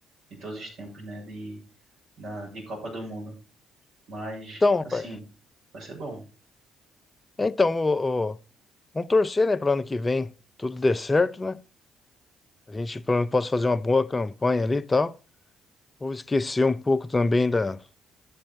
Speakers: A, on the right; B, on the left.
A: de todos os tempos, né? De, na, de Copa do Mundo. Mas,
B: Então, rapaz,
A: assim, vai ser bom.
B: é, então, o, o- vamos torcer, né, para ano que vem tudo dê certo, né? A gente, pelo menos, possa fazer uma boa campanha ali e tal. Vou esquecer um pouco também da